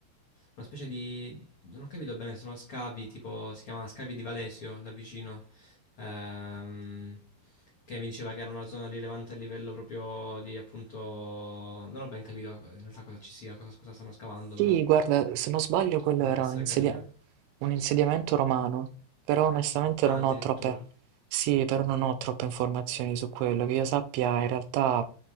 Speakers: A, on the left; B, on the right.
A: una specie di, non ho capito bene, sono scavi, tipo, si chiama Scavi di Valesio, là vicino, ehm, che mi diceva che era una zona rilevante a livello proprio di, appunto, non ho ben capito in realtà cosa ci sia, cosa, cosa stanno scavando,
B: Sì,
A: però
B: guarda, se non sbaglio quello
A: potrebbe
B: era
A: essere
B: un insedia-
A: carina.
B: un insediamento romano, però onestamente
A: Ah,
B: non
A: addirittura.
B: ho troppe, sì, però non ho troppe informazioni su quello. Che io sappia, in realtà